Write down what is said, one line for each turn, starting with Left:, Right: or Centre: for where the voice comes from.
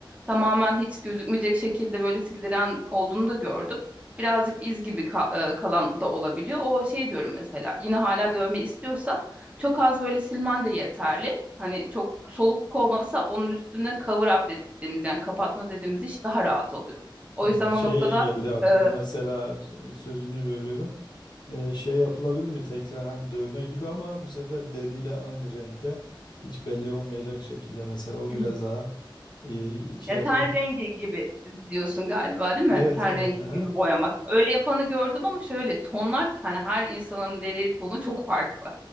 Right: tamamen hiç gözükmeyecek şekilde böyle sildiren olduğunu da gördüm. Birazcık iz gibi ka- e, kalan da olabiliyor. O şey diyorum mesela yine hala dövme istiyorsa çok az böyle silmen de yeterli. Hani çok soluk olmasa onun üstüne cover up dediğimiz yani kapatma dediğimiz iş daha rahat oluyor. O
Left: Hı,
Right: yüzden
Left: Şey
Right: o noktada
Left: geldi aklıma
Right: e,
Left: mesela e, sözünü bölüyorum. E, şey yapılabilir mi tekrar hani dövme gibi ama bu sefer deriyle aynı renkte hiç belli olmayacak şekilde mesela o
Right: hı.
Left: biraz daha e, şey
Right: Ya
Left: yapabilir.
Right: ten rengi gibi diyorsun galiba değil mi?
Left: Evet
Right: Ten
Left: evet
Right: rengi
Left: aha.
Right: gibi boyamak. Öyle yapanı gördüm ama şöyle tonlar hani her insanın deri tonu çok farklı.